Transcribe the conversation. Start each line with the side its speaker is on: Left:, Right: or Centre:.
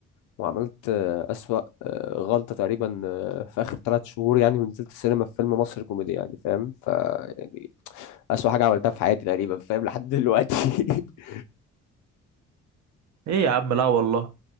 Left: وعملت آه، اسوأ آه، غلطه تقريبا آه، في اخر ثلاث شهور يعني ونزلت السينما في فيلم مصري كوميدي يعني فاهم ف يعني اسوأ حاجه عملتها في حياتي تقريبا فاهم لحد دلوقتي <laughs>
Right: ايه يا عم لا والله